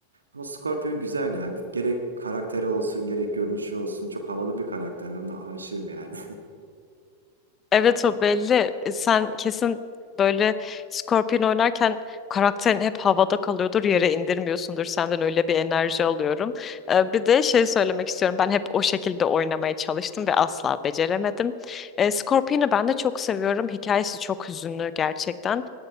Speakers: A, on the right (about 75°); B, on the left (about 25°).
A: Ama Scorpion güzel ya. Gerek karakteri olsun, gerek görünüşü olsun. Çok havalı bir karakter. Ben de aşığım yani.
B: Evet o belli. E, Sen kesin böyle Scorpion oynarken karakterin hep havada kalıyordur, yere indirmiyorsundur. Senden öyle bir enerji alıyorum. E, bir de şey söylemek istiyorum. Ben hep o şekilde oynamaya çalıştım ve asla beceremedim. E, Scorpion'u ben de çok seviyorum. Hikayesi çok hüzünlü gerçekten.